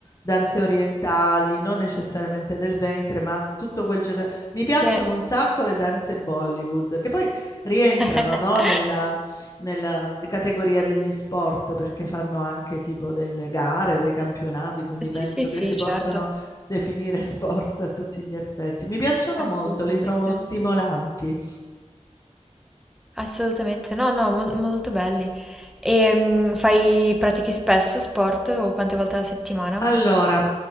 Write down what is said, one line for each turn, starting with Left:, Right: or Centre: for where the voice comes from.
Left: danze orientali, non necessariamente del ventre, ma tutto quel genere. Mi piacciono
Centre: sì.
Left: un sacco le danze Bollywood, che poi rientrano,
Centre: <laughs>
Left: no, nella, nella categoria degli sport, perché fanno anche tipo delle gare, dei campionati, quindi
Centre: Sì,
Left: penso
Centre: sì, sì,
Left: che si possano
Centre: certo,
Left: definire sport a tutti gli effetti. Mi piacciono
Centre: assolutamente.
Left: molto, li trovo stimolanti.
Centre: Assolutamente, no, no, mol- molto belli. E mm, fai, pratichi spesso sport o quante volte alla settimana?
Left: Allora,